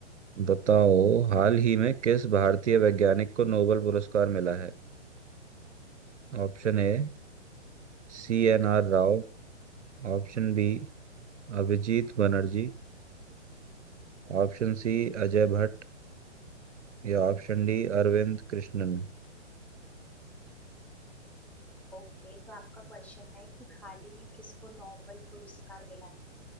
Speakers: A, on the right (about 75°); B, in the centre.
A: बताओ हाल ही में किस भारतीय वैज्ञानिक को नोबेल पुरस्कार मिला है Option A C N R Rao Option B Abhijit Banerjee Option C Ajay Bhatt या ऑप्शन डी अरविंद कृष्णन
B: ओके तो आपका क्वेश्चन है कि हाल ही में किसको नोबेल पुरस्कार मिला है